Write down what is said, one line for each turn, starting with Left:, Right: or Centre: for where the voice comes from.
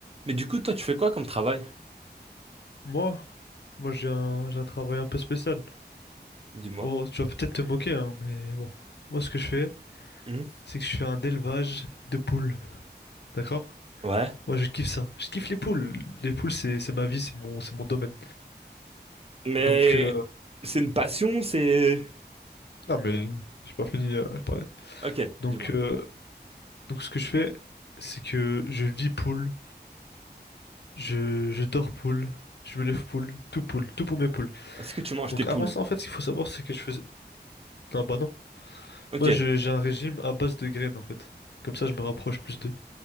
Right: Mais du coup, toi, tu fais quoi comme travail?
Left: Moi, moi j'ai un, j'ai un travail un peu spécial.
Right: Dis-moi.
Left: Bon, tu vas peut-être te moquer, hein, mais bon. Moi, ce que je fais,
Right: Hmm.
Left: c'est que je fais un élevage de poules. D'accord?
Right: Ouais.
Left: Moi, je kiffe ça. Je kiffe les poules. Les poules, c'est, c'est ma vie, c'est mon, c'est mon domaine.
Right: Mais
Left: Donc, euh,
Right: c'est une passion, c'est...
Left: non, mais j'ai pas fini euh, de parler.
Right: Ok,
Left: Donc,
Right: dis-moi.
Left: euh, donc, ce que je fais, c'est que je vis poule, je, je dors poule, je me lève poule, tout poule, tout pour mes poules.
Right: Est-ce que tu manges
Left: Donc,
Right: tes poules?
Left: avant ça, en fait, ce qu'il faut savoir, c'est que je faisais. Non, bah non.
Right: Ok.
Left: Moi, je- j'ai un régime à base de graines, en fait. Comme ça, je me rapproche plus de